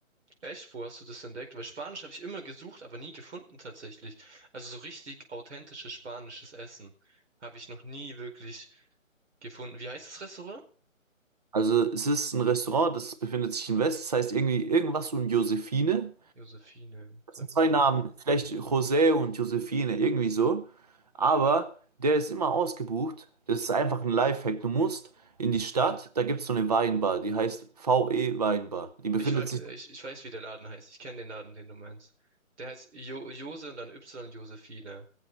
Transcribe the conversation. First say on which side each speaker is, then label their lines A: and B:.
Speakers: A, on the right (about 55°); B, on the right (about 30°).
A: Echt? Wo hast du das entdeckt? Weil Spanisch habe ich immer gesucht, aber nie gefunden tatsächlich. Also so richtig authentisches spanisches Essen habe ich noch nie wirklich gefunden. Wie heißt das Restaurant?
B: Also es ist ein Restaurant, das befindet sich in West, das heißt irgendwie irgendwas und Josephine.
A: Josephine,
B: Das
A: sagt
B: sind zwei
A: mir nicht.
B: Namen, vielleicht José und Josephine, irgendwie so. Aber der ist immer ausgebucht. Das ist einfach ein Lifehack. Du musst in die Stadt, da gibt es so eine Weinbar, die heißt VE Weinbar. Die befindet
A: Ich weiß, ich,
B: sich.
A: ich weiß, wie der Laden heißt. Ich kenne den Laden, den du meinst. Der heißt jo Jose und dann Y Josephine.